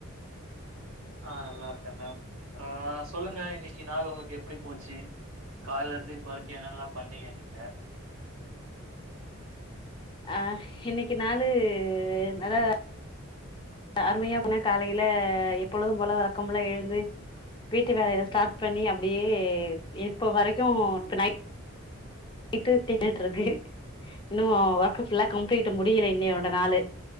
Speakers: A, on the right; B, on the left.
A: ஆ நல்லா இருக்க மேம் ஆ சொல்லுங்க இன்னைக்கு நாள் உங்களுக்கு எப்டி போச்சி கால்ல இருந்து இப்ப வரைக்கு என்னல்லா பண்ணீங்க நீங்க
B: ஆ இன்னைக்கு நாளு நல்லா அருமையா போன காலைல எப்பொழுதும் போல வழக்கம்போல எழுந்து வீட்டு வேலையில ஸ்டார்ட் பண்ணி அப்டியே இப்ப வரைக்கு நைட் நைட்டு டிஃபன் இருக்கு இன்னு ஒர்க்கு ஃபுல்லா கம்ப்ளீட் முடியல இன்னையோட
A: ஓகே
B: நாளு